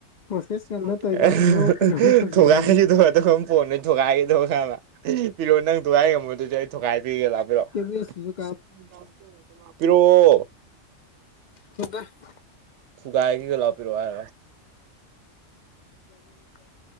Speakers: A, on the left; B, on the right.
A: ꯄ꯭ꯔꯣꯁꯦꯁ ꯀ
B: <unintelligible>
A: ꯅꯠꯇꯧꯔꯤꯀꯥꯟꯗ ꯍꯦꯔꯣ ꯐꯤꯔꯣꯜ ꯇꯧꯁꯤꯟꯈ꯭ꯔꯅꯤ
B: ꯊꯨꯒꯥꯏꯈꯤꯗꯗꯝ ꯄꯣꯠꯅꯤ ꯊꯨꯒꯥꯏꯈꯤꯗꯕ ꯈꯕ ꯑꯦ ꯄꯤꯔꯣ ꯅꯪ ꯊꯨꯒꯥꯏ ꯉꯝꯃꯣ ꯑꯗꯨꯗꯤ ꯑꯩ ꯊꯨꯒꯥꯏ ꯄꯤꯒꯦ ꯂꯥꯛꯄꯤꯔꯑꯣ
A: ꯁꯨ
B: ꯄꯔꯣ
A: ꯈꯣꯏꯗ ꯇꯨ
B: ꯊꯨꯡꯒꯑ ꯀꯒꯂꯣꯄꯤꯔ ꯋꯥꯔ
A: ꯉꯒꯅꯤ ꯇ